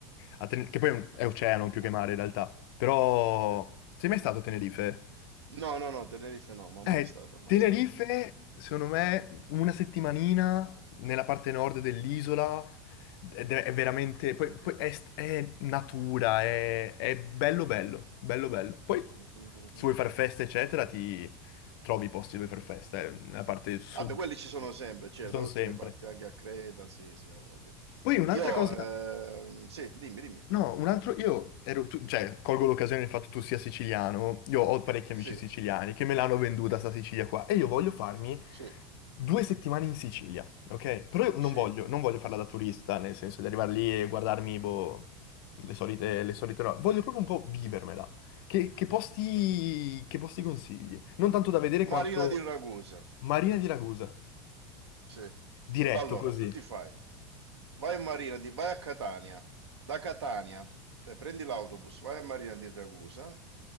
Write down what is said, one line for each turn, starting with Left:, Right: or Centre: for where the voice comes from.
Left: A Ten- che poi è, un- è oceano più
Right: Ah,
Left: che mare in realtà, però
Right: sì.
Left: sei mai stato a Tenerife?
Right: No, no, no, Tenerife no, ma
Left: Eh,
Right: mai stato, mai
Left: Tenerife,
Right: stato.
Left: secondo me, una settimanina nella parte nord dell'isola ed è, è veramente... Poi,
Right: Mhm,
Left: poi è, st- è natura, è, è bello bello, bello bello. Poi
Right: mhm, mhm.
Left: se vuoi fare festa, eccetera, ti trovi i posti dove fare festa, eh, nella parte sud
Right: Vabbè, quelli ci sono sempre, cioè,
Left: ci sono
Right: da tutte
Left: sempre.
Right: le parti, anche a Creta, sì, sì, ha voglia.
Left: Poi un'altra
Right: Io,
Left: cosa...
Right: ehm, sì, dimmi, dimmi.
Left: No, un altro... Io ero... tu- cioè, colgo l'occasione del fatto che tu sia siciliano, io ho parecchi amici
Right: Sì,
Left: siciliani che me l'hanno venduta sta Sicilia qua e io voglio farmi
Right: sì,
Left: Due settimane in Sicilia, ok? Però io non
Right: sì.
Left: voglio, non voglio farla da turista, nel senso di arrivare lì e guardarmi, boh, le solite, le solite robe. Voglio proprio un po' vivermela. Che, che posti,
Right: mm.
Left: che posti consigli? Non tanto da vedere quanto
Right: Marina di Ragusa.
Left: Marina di Ragusa,
Right: Sì.
Left: diretto
Right: Allora,
Left: così.
Right: tu ti fai. Vai a Marina di, vai a Catania. Da Catania, eh, prendi l'autobus, vai a Marina di Ragusa.